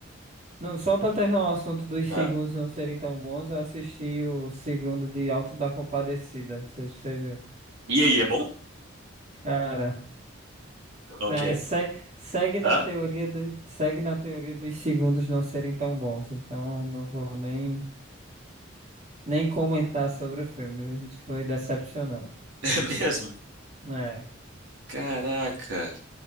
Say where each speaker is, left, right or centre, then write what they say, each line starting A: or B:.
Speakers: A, on the right (about 35°); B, on the right (about 65°).
A: Não, só pra terminar o assunto dos segundos
B: Ah.
A: não serem tão bons, eu assisti o segundo de Alto da Compadecida. Não sei se você viu.
B: E aí, é bom?
A: Cara.
B: Ok.
A: Tá, segue, segue na
B: Ah,
A: teoria do, segue na teoria dos segundos não serem tão bons. Então não vou nem, nem comentar sobre o filme. Foi decepcionante.
B: <laughs> é mesmo?
A: É.
B: Caraca.